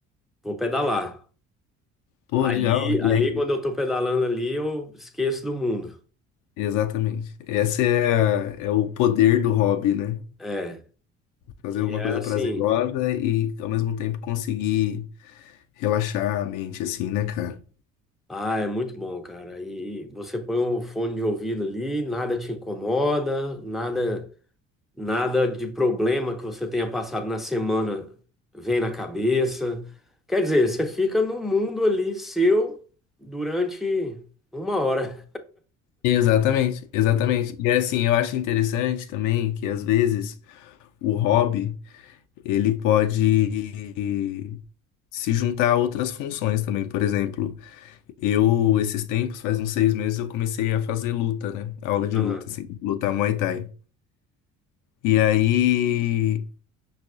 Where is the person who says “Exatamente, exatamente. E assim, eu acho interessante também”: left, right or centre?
Left